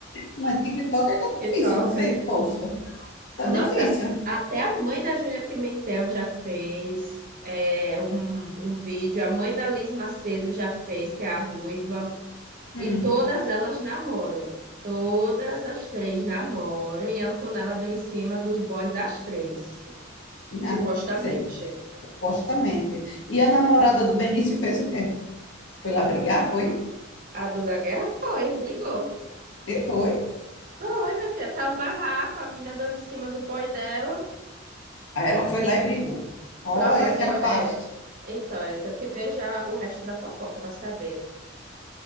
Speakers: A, on the left; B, on the right.
A: Mas TikTok é tão
B: TikToker.
A: difícil não ser exposto. Tá
B: Nossa,
A: difícil.
B: até a mãe da Júlia Pimentel já fez é, um, um vídeo. A mãe da Liz Macedo já fez, que é a ruiva.
A: Hum,
B: E todas elas namoram. Todas as três namoram. E a Antonella deu em cima dos boys das três,
A: né?
B: supostamente.
A: Supostamente. E a namorada do Benício fez o quê? Foi lá brigar? Foi?
B: A dor da guerra foi, brigou.
A: E foi.
B: Foi, minha filha, tá o barraco, a menina dando em cima do boy dela.
A: Aí ela foi lá e brigou. Olha,
B: Prova,
A: se
B: eu,
A: afaste.
B: é, então, eu tenho que ver já o resto da fofoca pra saber.